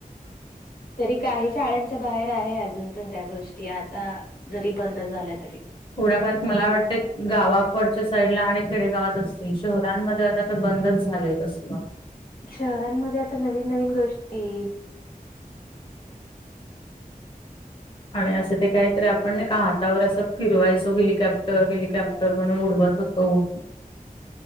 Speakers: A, on the left; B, on the left.
A: तरी काही शाळांच्या बाहेर आहे अजून पण त्या गोष्टी आता. जरी बंद झाल्या तरी.
B: थोडाफार मला वाटतं गावाकडच्या साईडला आणि खेडेगावात असते शहरांमध्ये आता- बंदच झालंय तसल.
A: शहरांमध्ये आता नवीन नवीन गोष्टी.
B: आणि असं ते काहीतरी आपण नाही का हातावर असं फिरवायचो हेलिकॉप्टर हेलिकॉप्टर म्हणून उडवत हो. तो